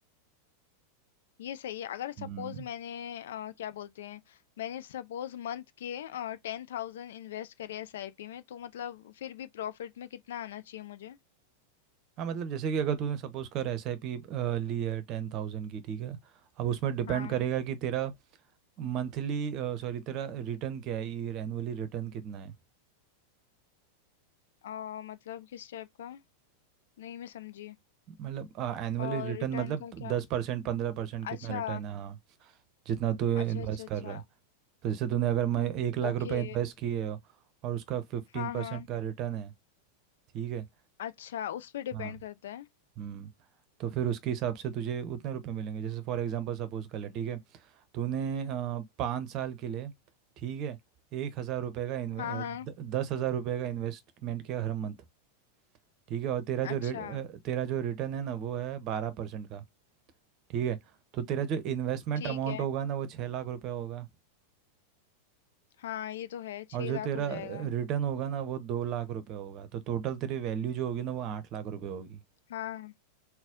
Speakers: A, on the left; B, on the right.
A: ये सही है अगर सपोज
B: हम्म
A: मैंने अ, क्या बोलते हैं मैंने सपोज मंथ के टेन थाउजेंड इन्वेस्ट करे एसआईपी में तो मतलब फिर भी प्रॉफिट में कितना आना चाहिए मुझे
B: हाँ मतलब जैसे कि अगर तूने सपोज कर एसआईपी ली है टेन थाउजेंड की ठीक है अब उसमें डिपेंड
A: हाँ
B: करेगा कि तेरा मंथली सॉरी तेरा रिटर्न क्या है ये एनुअली रिटर्न कितना है
A: अ, मतलब किस टाइप का नहीं मैं समझी
B: मतलब एनुअली
A: और
B: रिटर्न
A: रिटर्न
B: मतलब
A: का क्या
B: दस परसेंट पंद्रह परसेंट कितना
A: अच्छा
B: रिटर्न है हाँ जितना तू इन्वेस्ट
A: अच्छा अच्छा
B: कर
A: अच्छा
B: रहा है तो जैसे तूने अगर मैं एक लाख
A: ओके
B: रुपए इन्वेस्ट किए हो और उसका फिफ्टीन
A: हाँ
B: परसेंट
A: हाँ
B: का रिटर्न है ठीक है
A: अच्छा उस पर डिपेंड
B: हाँ
A: करता है
B: हम्म तो फिर उसके हिसाब से तुझे उतने रुपए मिलेंगे जैसे फॉर एग्जांपल सपोज कर ले ठीक है तूने अ, पाँच साल के लिए ठीक है एक हज़ार रुपये का इन्वे
A: हाँ
B: अ, द,
A: हाँ
B: दस हज़ार रुपये का इन्वेस्टमेंट किया हर मंथ ठीक है और तेरा जो
A: अच्छा
B: रिट अ, तेरा जो रिटर्न है ना वो है बारह परसेंट का ठीक है तो तेरा जो इन्वेस्टमेंट
A: ठीक
B: अमाउंट
A: है
B: होगा ना वो छः लाख रुपये होगा
A: हाँ ये तो है छह
B: और जो
A: लाख
B: तेरा
A: हो जाएगा
B: रिटर्न होगा ना वो दो लाख रुपये होगा तो टोटल तेरी वैल्यू जो होगी ना वो आठ लाख रुपये होगी
A: हाँ